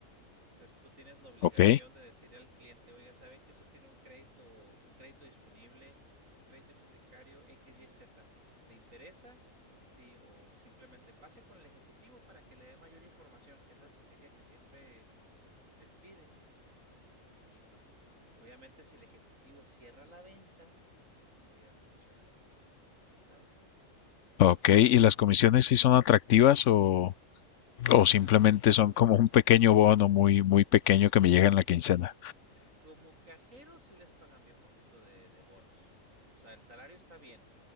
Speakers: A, on the right (about 75°); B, on the left (about 70°).
A: Entonces tú tienes la obligación
B: Ok,
A: de decirle al cliente, oiga, sabe que usted tiene un crédito, un crédito disponible, un crédito hipotecario X, Y, Z. ¿Le interesa? Sí, o simplemente pase con el ejecutivo para que le dé mayor información, que es la estrategia que siempre les pide. Y pues obviamente si el ejecutivo cierra la venta, pues te llega a comisión a ti, ¿sabes?
B: ok. ¿Y las comisiones sí son atractivas o, o simplemente
A: No, eh,
B: son como un pequeño bono muy, muy pequeño que me llega en la quincena?
A: sí, como cajero sí les pagan bien poquito de, de bonos. O sea, el salario está bien,